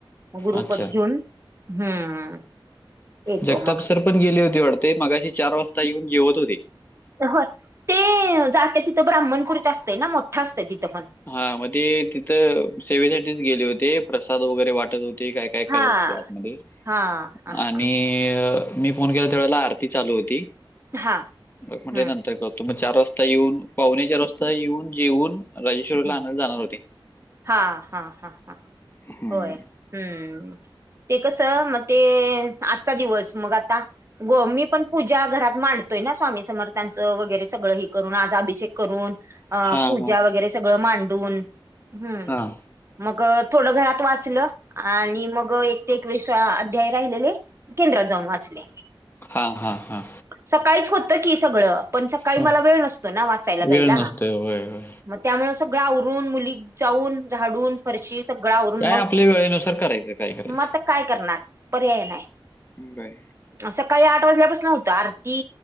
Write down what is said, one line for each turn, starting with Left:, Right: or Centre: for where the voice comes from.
Right: गुरुपद
Left: अच्छा
Right: घेऊन हम्म. येतो
Left: जगताप
Right: मग
Left: सर पण गेले होते वाटते मगाशी चार वाजता येऊन जेवत होते.
Right: हो ते जाते तिथं ब्राह्मणपुरीच्या असतय ना मोठं असतं तिथं पण.
Left: हा मग ते तिथं सेवेसाठीच गेले होते प्रसाद वगैरे वाटत होते. ते काय काय करत
Right: हा
Left: होते आतमध्ये
Right: हा हा
Left: आणि.
Right: हा
Left: मी फोन केला त्यावेळेला आरती चालू होती
Right: हा
Left: मग म्हटले
Right: हम्म
Left: नंतर करतो. तु मग चार वाजता येऊन पाहुणे चार वाजता येऊन जेऊन. राजेश्वरला
Right: हम्म
Left: आणायला जाणार होते
Right: हा हा हा हा
Left: हम्म.
Right: होय हम्म ते कसं मग ते आजचा दिवस मग आता. गो मी पण पूजा घरात मांडतो. करतोय ना स्वामी समर्थांच वगैरे सगळं हे करून आज अभिषेक करून अ
Left: हां,
Right: पूजा
Left: हां.
Right: वगैरे सगळं मांडून हम्,
Left: हां.
Right: मग थोडं घरात वाचलं आणि मग एक ते एकवीस अध्याय राहिलेले! केंद्रात जाऊन वाचले
Left: हां, हां, हां,
Right: सकाळीच होत की सगळं, पण सकाळी
Left: हां.
Right: मला वेळ नसतो ना वाचायला जायला
Left: वेळ नसतोय.
Right: हा,
Left: होय होय,
Right: त्यामुळे सगळ आवरुन मुली! चाऊन झाडून फरशी सगळं आवरून
Left: काय
Right: मग
Left: आपल्या वेळेनुसार करायचं काय करायचं.
Right: मग आता काय करणार? पर्याय नाहीय!
Left: बाय,
Right: सकाळी आठ वाजल्यापासुन होतं आरती?